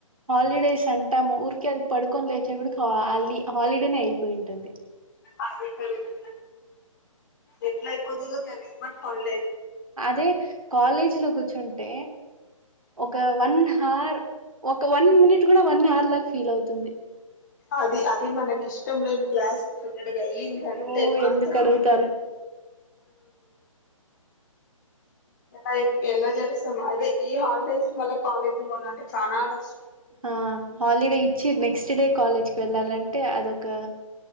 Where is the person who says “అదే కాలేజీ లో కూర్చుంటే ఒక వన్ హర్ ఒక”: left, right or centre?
Right